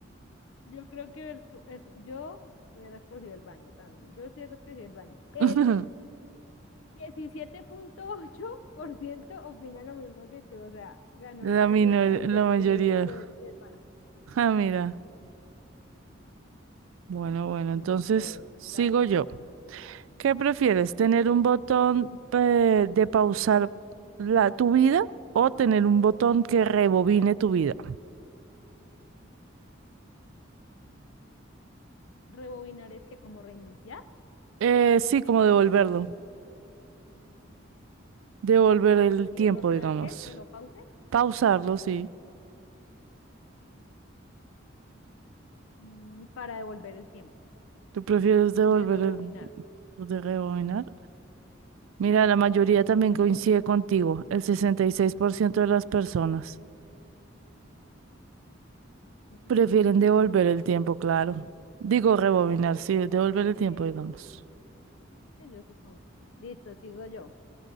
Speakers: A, on the left (about 75°); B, on the right (about 75°).
A: Yo creo que hubiera esco- es- yo hubiera escogido el baño también. Yo sí hubiera escogido el baño. El
B: <laughs>
A: diecisiete punto ocho por ciento opina lo mismo que tú, o sea, ganó
B: La
A: la mayoría
B: minor-
A: del,
B: la mayoría.
A: el- el- del baño.
B: Ah, mira. Bueno, bueno,
A: Listos,
B: entonces sigo
A: das tú.
B: yo. ¿Qué prefieres? ¿Tener un botón eh, de pausar la, tu vida o tener un botón que rebobine tu vida?
A: Rebobinar es que como reiniciar.
B: Eh, sí, como devolverlo. Devolver el
A: Y
B: tiempo,
A: el otro
B: digamos.
A: es que, que lo pause
B: Pausarlo, sí.
A: mm, para devolver el tiempo,
B: ¿Tú prefieres devolver
A: el de rebobinar.
B: el lo de rebobinar? Mira, la mayoría también coincide
A: Sí,
B: contigo. El sesenta y
A: sí,
B: seis
A: sí.
B: por ciento de las personas
A: Estamos
B: prefieren
A: bien, estamos
B: devolver
A: bien.
B: el tiempo, claro. Digo rebobinar, sí, devolver el tiempo,
A: Eh,
B: digamos.
A: sí, yo supongo. Listo, sigo yo.